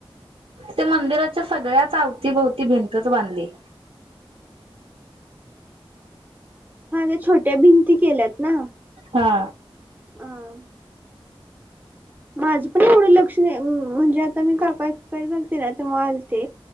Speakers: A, on the right (about 80°); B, on the right (about 20°).
A: ते मंदिराच्या सगळ्याच आवतीभोवती भिंतच बांधली.
B: हा नाही छोट्या भिंती केल्यात ना.
A: हा.
B: हम. माझं पण एवढं लक्षण म्हणजे आता मी काका एक्सपायर लते ना तेव्हा आलते.